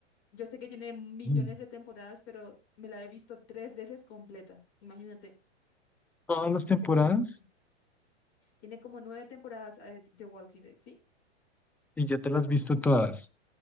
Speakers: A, on the left (about 60°); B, in the centre.
A: Yo sé que tiene millones
B: Mm.
A: de temporadas, pero me la he visto tres veces completa. Imagínate
B: Todas las temporadas
A: cómo me gusta. Tiene como nueve temporadas eh, de Walking Dead, ¿sí?
B: y ya te las has visto todas.